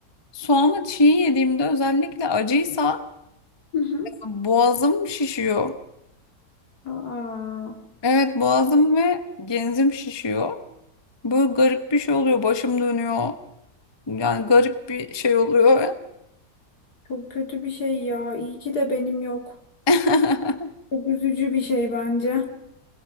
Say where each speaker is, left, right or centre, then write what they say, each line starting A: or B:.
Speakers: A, on the left; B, on the left.
A: soğanı çiğ yediğimde özellikle acıysa
B: Hı hı.
A: Boğazım şişiyor.
B: Aa,
A: Evet boğazım ve genzim şişiyor. Böyle garip bir şey oluyor. Başım dönüyor. Yani garip bir şey oluyor.
B: çok kötü bir şey ya. İyi ki de benim yok.
A: <laughs>
B: Çok üzücü bir şey bence.